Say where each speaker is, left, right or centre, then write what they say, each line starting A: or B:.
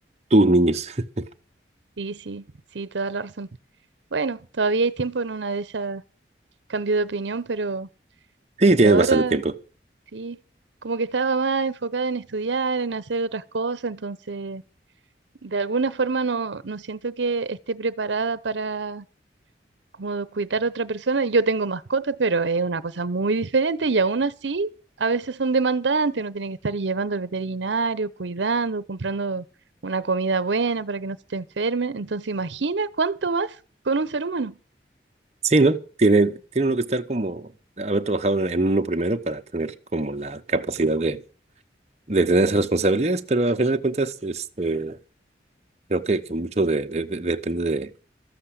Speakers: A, on the right (about 35°); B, on the right (about 85°).
A: tus niños. <laughs>
B: Sí, sí, sí, toda la razón. Bueno, todavía hay tiempo en una de esas cambio de opinión, pero,
A: Sí,
B: pero
A: tienes
B: ahora
A: bastante tiempo.
B: Sí, como que estaba más enfocada en estudiar, en hacer otras cosas, entonces de alguna forma no, no siento que esté preparada para como cuidar a otra persona. Yo tengo mascotas, pero es una cosa muy diferente y aún así a veces son demandantes, uno tiene que estar llevando al veterinario, cuidando, comprando una comida buena para que no se te enferme. Entonces imagina cuánto más con un ser humano.
A: Sí, ¿no? Tiene, tiene uno que estar como, haber trabajado en, en uno primero para tener como la capacidad de, de tener esas responsabilidades, pero al final de cuentas, este, creo que, que mucho de, de- de- depende de,